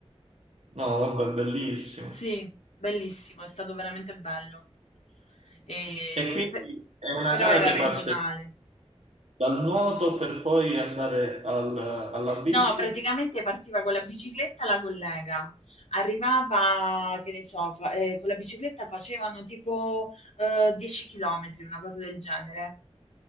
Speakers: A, on the right; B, on the left.
A: No, vabbè, bellissimo.
B: Sì, bellissimo, è stato veramente bello. E
A: E quindi
B: pe-
A: è una
B: però
A: gara
B: era
A: che
B: regionale.
A: parte dal nuoto per poi andare al- alla bici?
B: No, praticamente partiva con la bicicletta la collega. Arrivava, che ne so, fa- eh, con la bicicletta facevano tipo eh, 10 km, una cosa del genere.